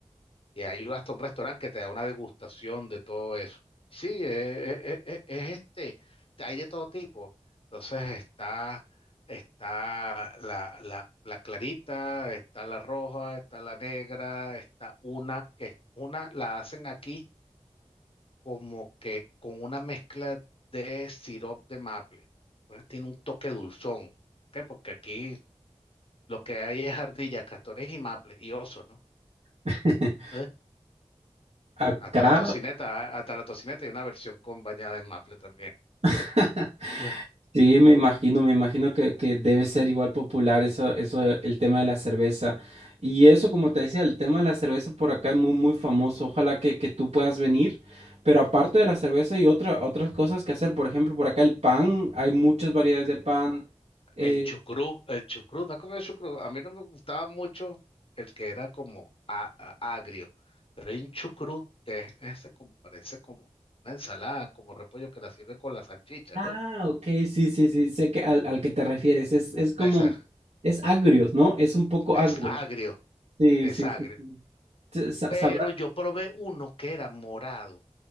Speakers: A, on the left; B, on the right.
A: Y hay hasta un restaurante que te da una degustación de todo eso. Sí, es, es- es- es este, hay de todo tipo. Entonces está, está la, la, la clarita, está la roja, está la negra, está una que una la hacen aquí como que con una mezcla de sirope de maple. Pues tiene un toque dulzón, ¿ok? Porque aquí lo que hay es ardillas, castores y maple y osos ¿no?
B: <laughs>
A: ¿Eh?
B: Acá,
A: Hasta la tocineta, ah, hasta la tocineta hay una versión con bañada en maple también.
B: <laughs>
A: ¿Eh?
B: sí, me imagino, me imagino que, que debe ser igual popular eso, eso, el tema de la cerveza. Y eso, como te decía, el tema de la cerveza por acá es muy, muy famoso. Ojalá que, que tú puedas venir. Pero aparte de la cerveza hay otra, otras cosas que hacer. Por ejemplo, por acá el pan, hay muchas variedades de pan. Eh,
A: El chucrú, el chucrú, ¿no has comido chucrú? A mí no me gustaba mucho el que era como a- a- agrio, pero hay un chucrú que es ese como, parece como una ensalada, como repollo que la sirven con la salchicha,
B: ah,
A: ¿no?
B: ok, sí, sí, sí, sé que al, al que te refieres. Es, es como,
A: Ah, Esa,
B: es agrio, ¿no? Es un poco
A: es
B: agrio.
A: agrio,
B: Sí,
A: es
B: sí,
A: agrio.
B: sí. sí. Sa- sa-
A: Pero
B: ¿Sabrá?
A: yo probé uno que era morado